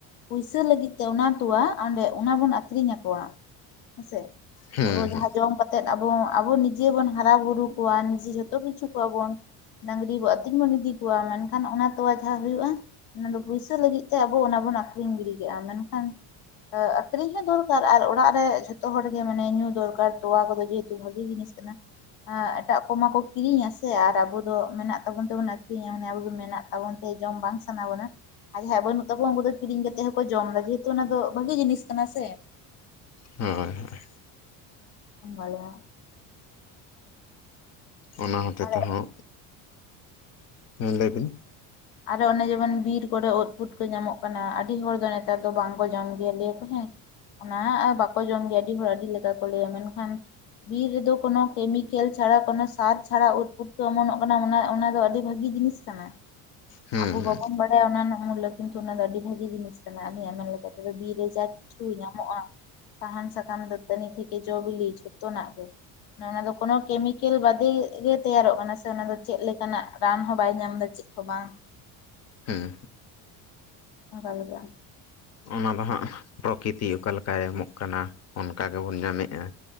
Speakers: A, on the left; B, on the left.
A: ᱯᱩᱭᱥᱟᱹ ᱞᱟᱹᱜᱤᱫ ᱛᱮ ᱚᱱᱟ ᱛᱚᱣᱟ ᱚᱸᱰᱮ ᱚᱱᱟ ᱵᱚᱱ ᱟᱠᱷᱨᱤᱧ ᱟᱠᱚᱣᱟ ᱦᱮᱸᱥᱮ᱾
B: ᱦᱮᱸ
A: ᱟᱵᱚ
B: ᱦᱮᱸ
A: ᱡᱟᱦᱟᱸ ᱡᱚᱢ ᱠᱟᱛᱮᱫ ᱟᱵᱚ ᱟᱵᱚ ᱱᱤᱡᱮ ᱵᱚᱱ ᱦᱟᱨᱟ ᱵᱩᱨᱩ ᱠᱚᱣᱟ ᱱᱤᱡᱮ ᱡᱷᱚᱛᱚ ᱠᱤᱪᱷᱩ ᱠᱚᱣᱟ ᱵᱚᱱ᱾ ᱰᱟᱝᱨᱤ ᱵᱚ ᱟᱹᱛᱤᱧ ᱵᱚᱱ ᱤᱫᱤ ᱠᱚᱣᱟ ᱢᱮᱱᱠᱷᱟᱱ ᱚᱱᱟ ᱛᱚᱣᱟ ᱡᱟᱦᱟᱸ ᱦᱩᱭᱩᱜᱼᱟ᱾ ᱚᱱᱟᱫᱚ ᱯᱩᱭᱥᱟᱹ ᱞᱟᱹᱜᱤᱫ ᱛᱮ ᱟᱵᱚ ᱚᱱᱟ ᱵᱚᱱ ᱟᱠᱷᱨᱤᱧ ᱜᱤᱰᱤ ᱠᱮᱜᱼᱟ᱾ ᱢᱮᱱᱠᱷᱟᱱ ᱮ ᱟᱠᱷᱨᱤᱧ ᱦᱚᱸ ᱫᱚᱨᱠᱟᱨ ᱟᱨ ᱚᱲᱟᱜ ᱨᱮ ᱡᱷᱚᱛᱚ ᱦᱚᱲ ᱜᱮ ᱢᱟᱱᱮ ᱧᱩ ᱫᱚᱨᱠᱟᱨ ᱛᱚᱣᱟ ᱠᱚᱫᱚ᱾ ᱡᱮᱦᱮᱛᱩ ᱵᱷᱟᱜᱮ ᱡᱤᱱᱤᱥ ᱠᱟᱱᱟ᱾ ᱮᱸ ᱮᱴᱟᱜ ᱠᱚᱢᱟ ᱠᱚ ᱠᱤᱨᱤᱧᱟ ᱥᱮ ᱟᱨ ᱟᱵᱩ ᱫᱚ ᱢᱮᱱᱟᱜ ᱛᱟᱵᱚᱱ ᱛᱮᱵᱩᱱ ᱟᱠᱷᱨᱤᱧᱟ ᱢᱟᱱᱮ ᱟᱵᱚ ᱫᱚ ᱢᱮᱱᱟᱜ ᱛᱟᱵᱚᱱ ᱥᱮ ᱡᱚᱢ ᱵᱟᱝ ᱥᱟᱱᱟ ᱵᱚᱱᱟ᱾ ᱟᱨ ᱡᱟᱦᱟᱸᱭᱟᱜ ᱵᱟᱹᱱᱩᱜ ᱛᱟᱠᱚᱣᱟ ᱩᱝᱠᱩ ᱫᱚ ᱠᱤᱨᱤᱧ ᱠᱟᱛᱮᱜ ᱦᱚᱸᱠᱚ ᱡᱚᱢᱫᱟ ᱡᱮᱦᱮᱛᱩ ᱚᱱᱟ ᱫᱚ ᱵᱷᱟᱜᱤ ᱡᱤᱱᱤᱥ ᱠᱟᱱᱟ ᱥᱮ᱾
B: ᱦᱚᱭ ᱦᱚᱭ
A: ᱟᱢᱵᱟᱞᱮ
B: ᱚᱱᱟ ᱦᱚᱛᱮ
A: ᱟᱨ
B: ᱛᱮᱦᱚᱸ ᱦᱮᱸ ᱞᱟᱹᱭ ᱵᱤᱱ
A: ᱟᱨᱚ ᱚᱱᱮ ᱡᱮᱢᱚᱱ ᱵᱤᱨ ᱠᱚᱨᱮ ᱩᱫ ᱯᱩᱴᱠᱟᱹ ᱧᱟᱢᱚᱜ ᱠᱟᱱᱟ ᱟᱹᱰᱤ ᱦᱚᱲ ᱫᱚ ᱱᱮᱛᱟᱨ ᱫᱚ ᱵᱟᱝ ᱠᱚ ᱡᱚᱢ ᱜᱮᱭᱟ ᱞᱮᱭᱟᱠᱚ ᱦᱮᱸ ᱚᱱᱟ ᱵᱟᱠᱚ ᱡᱚᱢ ᱜᱮᱭᱟ ᱟᱹᱰᱤ ᱦᱚᱲ ᱟᱹᱰᱤ ᱞᱮᱠᱟ ᱠᱚ ᱞᱟᱹᱭᱟ ᱢᱮᱱᱠᱷᱟᱱ ᱵᱤᱨ ᱨᱮᱫᱚ ᱠᱚᱱᱚ ᱠᱮᱢᱤᱠᱮᱞ ᱪᱷᱟᱲᱟ ᱠᱚᱱᱚ ᱥᱟᱨ ᱪᱷᱟᱲᱟ ᱩᱫᱯᱩᱴᱠᱟᱹ ᱚᱢᱚᱱᱚᱜ ᱠᱟᱱᱟ ᱚᱱᱟ ᱚᱱᱟ ᱫᱚ ᱟᱹᱰᱤ ᱵᱷᱟᱜᱤ᱾ ᱜᱤ ᱡᱤᱱᱤᱥ ᱠᱟᱱᱟ᱾
B: ᱦᱮᱸ
A: ᱟᱵᱚ
B: ᱦᱮᱸ
A: ᱵᱟᱵᱚᱱ ᱵᱟᱲᱟᱭᱟ ᱚᱱᱟ ᱨᱮᱱᱟᱜ ᱢᱩᱞᱞᱚ ᱠᱤᱱᱛᱩ ᱚᱱᱟ ᱫᱚ ᱟᱹᱰᱤ ᱵᱷᱟᱜᱤ ᱡᱤᱱᱤᱥ ᱠᱟᱱᱟ ᱟᱞᱤᱧᱟᱜ ᱮᱢᱮᱱ ᱞᱮᱠᱟ ᱞᱮᱠᱟᱛᱮᱫᱚ ᱵᱤᱨ ᱨᱮ ᱡᱟ ᱪᱷᱩ ᱧᱟᱢᱚᱜᱼᱟ ᱥᱟᱦᱟᱱ ᱥᱟᱠᱟᱢ ᱫᱟᱹᱛᱟᱹᱱᱤ ᱛᱷᱮᱠᱮ ᱡᱚ ᱵᱤᱞᱤ ᱡᱷᱚᱛᱚᱱᱟᱜ ᱜᱮ᱾ ᱚᱱᱟ ᱚᱱᱟ ᱫᱚ ᱠᱚᱱᱳᱴᱚ ᱠᱮᱢᱤᱠᱮᱞ ᱵᱟᱫᱮ ᱜᱮ ᱛᱮᱭᱟᱨᱚᱜ ᱠᱟᱱᱟ ᱥᱮ ᱚᱱᱟ ᱫᱚ ᱪᱮᱫᱜ ᱞᱮᱠᱟᱱᱟᱜ ᱨᱟᱱ ᱦᱚᱸ ᱵᱟᱭ ᱧᱟᱢᱫᱟ᱾ ᱪᱮᱫ ᱦᱚᱸ ᱵᱟᱝ᱾
B: ᱦᱩᱸ
A: <unintelligible>
B: ᱚᱱᱟ ᱫᱚ ᱦᱟᱸᱜ ᱯᱨᱚᱠᱤᱛᱤ ᱚᱠᱟ ᱞᱮᱠᱟᱭ ᱮᱢᱚᱜ ᱠᱟᱱᱟ ᱚᱱᱠᱟ ᱜᱮᱵᱚᱱ ᱧᱟᱢᱮᱜᱼᱟ᱾